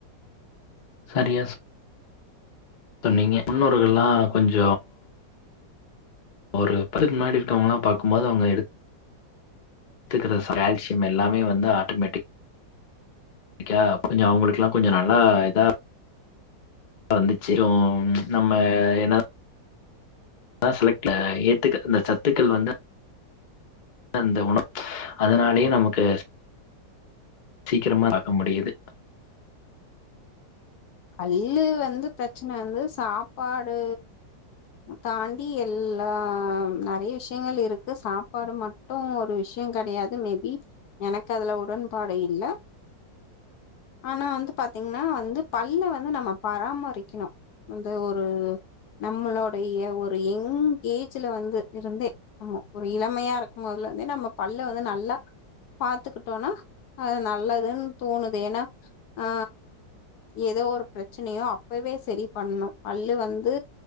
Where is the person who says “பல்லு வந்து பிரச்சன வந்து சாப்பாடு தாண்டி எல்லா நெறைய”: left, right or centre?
Left